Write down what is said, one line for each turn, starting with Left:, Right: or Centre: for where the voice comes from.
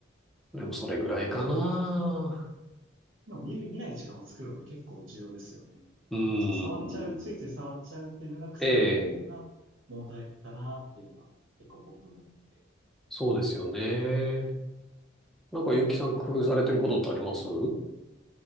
Centre: でもそれぐらいかな。
Right: 今見る、見ない時間を作るのって結構重要ですよね。
Centre: うーん。
Right: その触っちゃう、ついつい触っちゃうっていうのが癖になってるのが問題だなっていうのは結構僕思ってて。
Centre: ええ、そうですよね。なんかゆきさん工夫されてることってあります